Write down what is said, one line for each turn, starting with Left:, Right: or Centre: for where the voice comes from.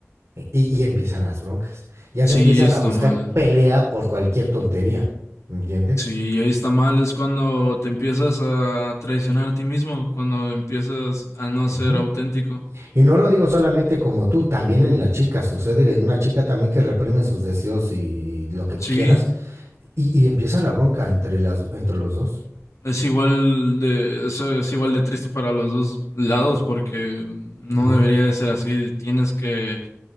Right: e, Y, y empiezan las broncas. Ya
Left: Sí,
Right: se empiezan
Left: está
Right: a buscar
Left: mal.
Right: pelea por cualquier tontería, ¿me entiendes?
Left: Sí, ahí está mal es cuando te empiezas a traicionar a ti mismo, cuando empiezas a no ser
Right: Ujú.
Left: auténtico.
Right: Y no lo digo solamente como tú, también en la chica sucede, en una chica también que reprime sus deseos y lo que
Left: Sí,
Right: tú quieras, y, y empieza la bronca entre, las, entre los dos.
Left: Es igual de, eso es igual de triste para los dos lados porque no
Right: Ujú,
Left: debería de ser así. Tienes que